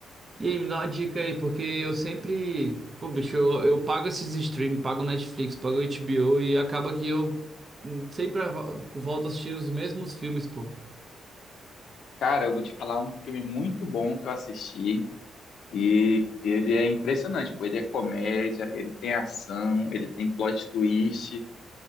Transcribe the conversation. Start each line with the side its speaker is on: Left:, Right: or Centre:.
Right: E aí, me dá uma dica aí, porque eu sempre, pô, bicho, eu, eu pago esses streams, pago Netflix, pago HBO e acaba que eu hum, sempre vo- volto a assistir os mesmos filmes, pô.
Left: Cara, eu vou te falar um filme muito bom que eu assisti e ele é impressionante, pô. Ele é comédia, ele tem ação, ele tem plot twist